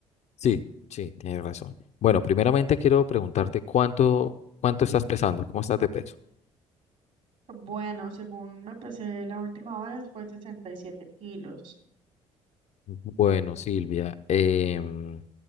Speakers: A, on the left; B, on the right.
A: Sí, sí, tienes razón. Bueno, primeramente quiero preguntarte cuánto, cuánto estás pesando, cómo estás de peso.
B: Bueno, según me pesé la última vez fue 67 kilos.
A: Bueno, Silvia, em,